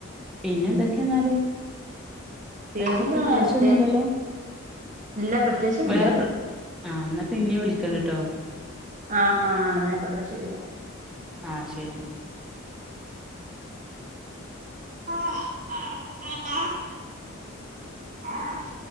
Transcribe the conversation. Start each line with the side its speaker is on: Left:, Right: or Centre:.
Centre: പിന്നെ
Right: ഉം
Centre: എന്തൊക്കെയാെന്നാല്
Right: പിന്നെന്താ
Centre: വേറെ പ്രത്യശൊന്നുമില്ലല്ലോ
Right: അല്ലേ ഇല്ല പ്രത്യേകിച്ചൊന്നുല്ല
Centre: വേറെ പ്രേത്യാക്കിച്ചൊന്നും ആ എന്നാപ്പിന്നെ വിളിക്കണ്ടിട്ടോ
Right: ആഹ് ആഹ എന്നായിക്കോട്ടെ ശരിന്നാ
Centre: ആഹ് ശരി.
Right: ആഹ ആ ആ ആഹ്